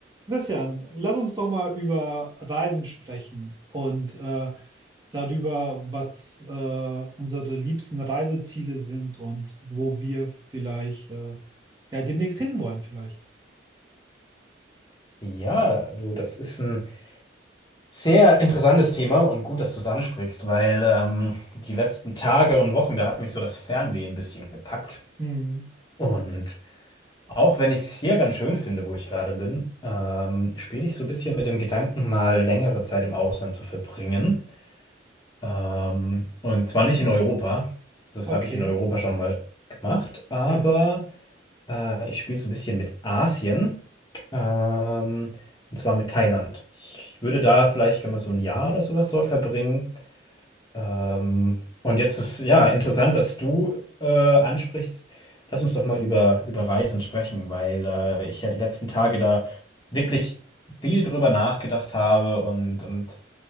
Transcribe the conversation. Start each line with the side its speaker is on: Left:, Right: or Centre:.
Right: Christian, lass uns doch mal über Reisen sprechen und äh, darüber, was äh, unsere liebsten Reiseziele sind und wo wir vielleicht äh, ja demnächst hinwollen vielleicht.
Left: Ja, du, das ist ein sehr interessantes Thema und gut, dass du es ansprichst, weil ähm, die letzten Tage und Wochen, da hat mich so das Fernweh ein bisschen gepackt.
Right: Hm,
Left: Und auch wenn ich es hier ganz schön finde, wo ich gerade bin, ähm, spiele ich so ein bisschen mit dem Gedanken, mal längere Zeit im Ausland zu verbringen. Ähm, und zwar nicht in Europa. Also das
Right: okay,
Left: habe ich in Europa schon mal gemacht, aber
Right: ja.
Left: äh, ich spiele so ein bisschen mit Asien. Ähm, und zwar mit Thailand. Ich würde da vielleicht gerne mal so ein Jahr oder sowas dort verbringen. Ähm, und jetzt ist ja interessant, dass du äh, ansprichst. Lass uns doch mal über, über Reisen sprechen, weil äh, ich ja die letzten Tage da wirklich viel drüber nachgedacht habe und, und